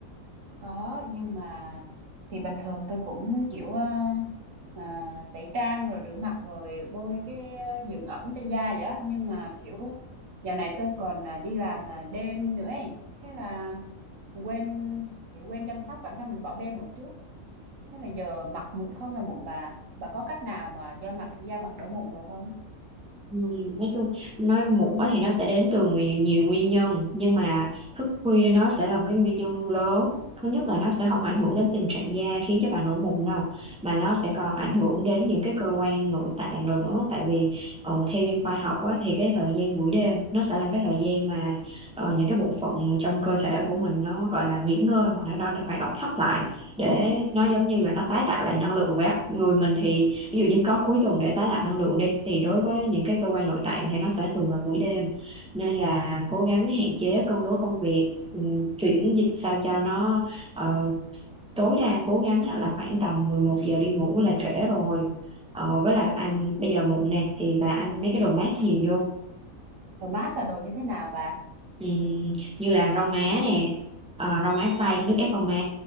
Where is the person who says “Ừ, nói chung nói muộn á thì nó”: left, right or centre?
Centre